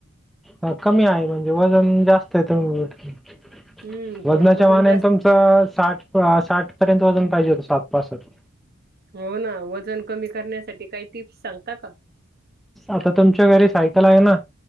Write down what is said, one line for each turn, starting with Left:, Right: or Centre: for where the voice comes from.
Centre: ह कमी आहे म्हणजे, वजन जास्त आहे <inaudible>
Right: हम्म थोडं
Centre: वजनाच्या
Right: वजन
Centre: मानाने
Right: जास्त
Centre: तुम च साठ अ साठ पर्यंत वजन पाहिजे होत साठ, पासष्ट.
Right: हो ना, वजन कमी करण्यासाठी काही टिप्स सांगता का?
Centre: आता तुमच्या घरी सायकल आहे ना,